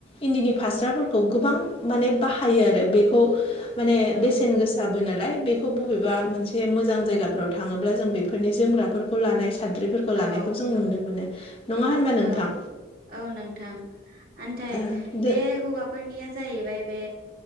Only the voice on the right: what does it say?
उम
औ
औ औ नोंथां आथाय
बे हौवा फोरनिया जाहैबाय बे